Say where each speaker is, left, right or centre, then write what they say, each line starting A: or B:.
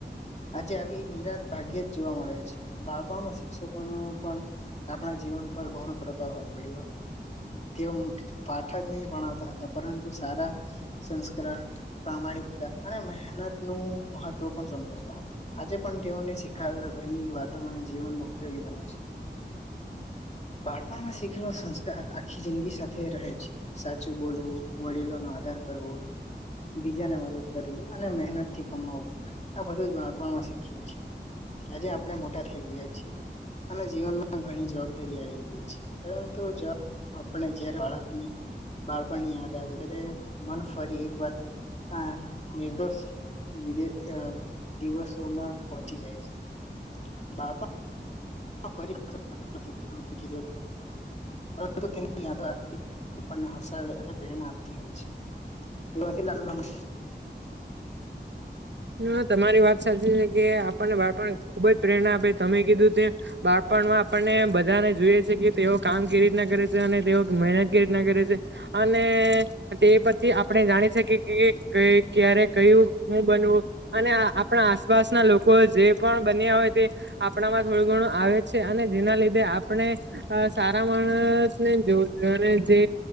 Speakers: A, on the left (about 40°); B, on the right (about 80°).
A: આજે આવી નિરાશ ભાગ્યેજ જોવા મળે છે. બાળપમાં શિક્ષકો નુ પણ આપણા જીવન પર ઘણો પ્રભાવ પડ્યો હતો. તેઓ પાઠાજ નહી ભણાવતા હતા પરંતુ સારા સંસ્કરણ પ્રામાણિકતા અને મહેનત નું મહત્વ પણ સમજાવતા હતા. આજે પણ તેઓને શીખાવેલા ઘણી વાતો મને જીવનમાં ઉપયોગી બને છે.
B: હા.
A: બાળપણમાં શીખેલો સંસ્કાર આખી જિંદગી સાથે રહે છે, સા ચુ બોલવું વડીલોનો આદર કરવો બીજાને મદદ કરી અને મહેનતથી કમાવવું આ બધું જ બાળપણમાં શીખીએ છીએ આજે આપણે મોટા થઈ ગયા છીએ અને જીવનમાં ઘણી જવાબદારી આવી ગ ઈ છે પરંતુ જ આપણે જ્યારે બાળકની બાળપણની યાદ આવે ત્યારે મન ફરી એકવાર આ નિર્દોષ વિદે અ દિવસોમાં પહોચી જાય છે, બાળપ પણમા ફરી <unintelligible> પરંતુ તેની યાદો આપણને હસાવે અને પ્રેરણા આપતી હોય છે. એવાસી <unintelligible>
B: <unintelligible> હ તમારી વાત સાચી છે કે આપણને બાળપણ ખુબ જ પ્રેરણા આપે તમે કીધું તે બાળ પણમા આપણને બધાને જોઈએ છે કે તેઓ કામ કેવી રીતના કરે છે, અને તેઓ મહેનત કેવી રીતના કરે છે. અને તે પછી આપણે જાણી શકીએ કે ક્યારે કયું શું બનવું અને આપણા આસપાસના લોકો જે પણ બન્યા હોય તે આપણામાં થોડું ઘણું આવે છે. અને જેના લીધે આપણે અ સારા માણસને જોવ અને જે